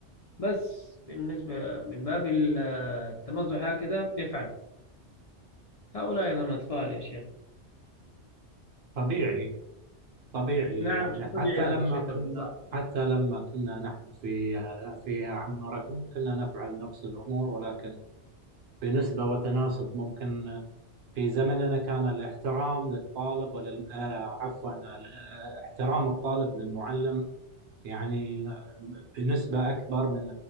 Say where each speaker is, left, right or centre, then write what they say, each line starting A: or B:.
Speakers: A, on the left (about 65°); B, on the right (about 65°).
A: بس بالنسبة من باب ال- التمزح هكذا يفعلوا هؤلاء أيضا أطفال يا شيخ
B: طبيعي طبيعي
A: نعم
B: يعني
A: شيء
B: حتى
A: طبيعي
B: لما
A: هذا شيء
B: كنا
A: طبيعي صح صح
B: حتى لما كنا نحن في في أعمارهم كنا نفعل نفس الأمور ولكن بنسبة وتناسب ممكن في زمننا كان الاحترام للطالب ولل آه، عفوا آه، احترام الطالب للمعلم يعني بنسبة أكبر من